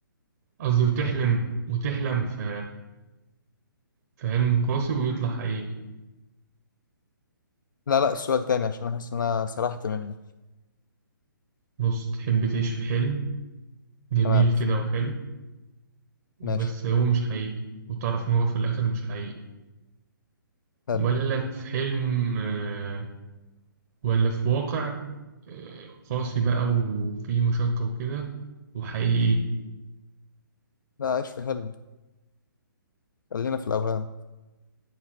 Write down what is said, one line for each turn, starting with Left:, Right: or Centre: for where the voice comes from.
Right: قصدي وتحلم وتحلم في في حلم قاسي ويطلع حقيقي
Left: لا لا السؤال تاني عشان أحس إن أنا سرحت منك
Right: بص تحب تعيش في حلم جميل
Left: تمام
Right: كده وحلو وبس
Left: ماشي
Right: هو مش حقيقي وتعرف إن هو في الآخر مش حقيقي
Left: حلو
Right: ولا في حلم أه، ولا في واقع آه، قاسي بقى وفيه مشقة وكده وحقيقي
Left: لا عيش في حلو خلينا في الأوهام